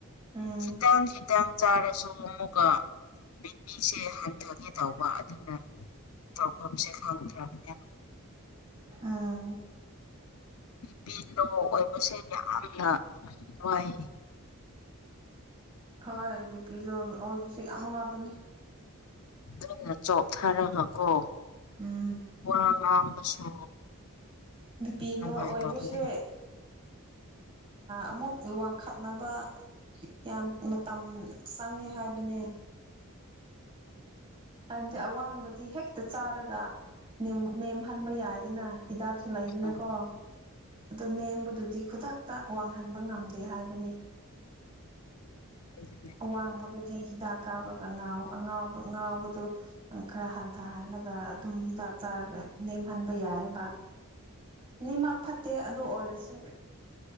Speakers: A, on the right; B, on the left.
A: ꯎꯝ
B: ꯊꯤꯇꯥꯝ ꯊꯤꯇꯥꯝ ꯆꯥꯔꯁꯨ ꯑꯃꯨꯛꯀ ꯕꯤꯄꯤꯁꯦ ꯍꯟꯊꯣꯛꯀꯦ ꯇꯧꯕ ꯑꯗꯨꯅ ꯇꯈ ꯁ ꯈꯔꯗ꯭ꯔꯥꯃꯤꯗꯅ
A: ꯑꯥ
B: ꯕꯤ ꯄꯗꯣ ꯑꯣꯏꯕꯁꯦ ꯌꯥꯝꯅ ꯋꯥꯏ
A: ꯍꯣꯏ ꯕꯤꯄꯤ ꯂ ꯑꯣꯏꯕꯁꯨ ꯌꯥꯝ ꯋꯥꯕꯅꯦ
B: ꯀꯟꯅ ꯆꯣꯞꯊꯔꯒꯀꯣ
A: ꯎꯝ
B: ꯋꯥ ꯉꯥꯡꯕꯁꯨ
A: ꯅꯨꯄꯤ
B: ꯅꯨꯡꯉꯥꯏꯇꯕꯅꯦ
A: ꯂꯣ ꯑꯣꯏꯕꯁꯦ ꯑꯃꯨꯛ ꯋꯥꯡꯈꯠꯅꯕ ꯌꯥꯝ ꯃꯇꯝ ꯆꯪꯉꯦ ꯍꯥꯏꯕꯅꯦ ꯍꯥꯏꯕꯗꯤ ꯑꯋꯥꯡꯕꯗꯤ ꯍꯦꯛꯇ ꯆꯥꯔꯒ ꯅꯦꯝꯍꯟꯕ ꯌꯥꯏꯗꯅ ꯍꯤꯗꯥꯛꯁꯨ ꯂꯩꯗꯅꯀꯣ
B: ꯎꯝ
A: ꯑꯗꯨ ꯅꯦꯝꯕꯗꯨꯗꯤ ꯈꯨꯗꯛꯇ ꯋꯥꯡꯍꯟꯕ ꯉꯝꯗꯦ ꯍꯥꯏꯕꯅꯤ
B: ꯑꯗꯨꯅꯦ
A: ꯑꯋꯥꯡꯕꯗꯨꯗꯤ ꯍꯤꯗꯥꯛ ꯀꯥꯞꯂꯒ ꯉꯥꯎꯥꯎꯕ ꯉꯥꯎꯕ ꯑꯗ ꯈꯔ ꯍꯟꯊꯍꯜꯂꯒ ꯑꯗꯨꯝ ꯍꯤꯗꯥꯛ ꯆꯥꯔꯒ ꯅꯦꯝꯍꯟꯕ ꯌꯥꯏꯑꯕ ꯅꯤꯃꯛ ꯐꯠꯇꯦ ꯑꯗꯨ ꯑꯣꯏꯔꯁꯨ